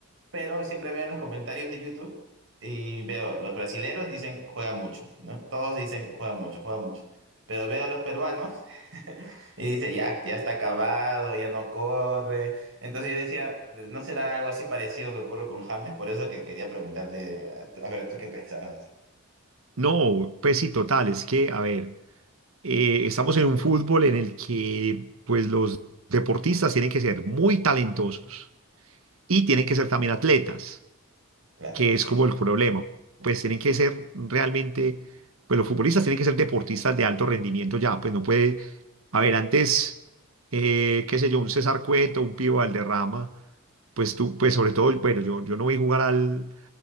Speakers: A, on the right; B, on the right.
A: pero siempre veo en los comentarios de YouTube y veo, los brasileros dicen juega mucho, ¿no? Todos dicen juega mucho, juega mucho. Pero veo a los peruanos <laughs> y dice ya, ya está acabado, ya no corre. Entonces yo decía, ¿no será algo así parecido que ocurre con James? Por eso que quería preguntarte, a a ver, ¿tú qué pensabas?
B: No, pues sí, total, es que, a ver, eh, estamos en un fútbol en el que pues los deportistas tienen que ser muy talentosos y tienen que ser también atletas,
A: Claro,
B: que
A: sí,
B: es como el problema. Pues tienen que ser realmente, pues los futbolistas tienen que ser deportistas de alto rendimiento ya, pues no puede, a ver, antes, eh, qué sé yo, un César Cueto, un Pío Valderrama, pues tú, pues sobre todo, bueno, yo, yo no vi jugar al,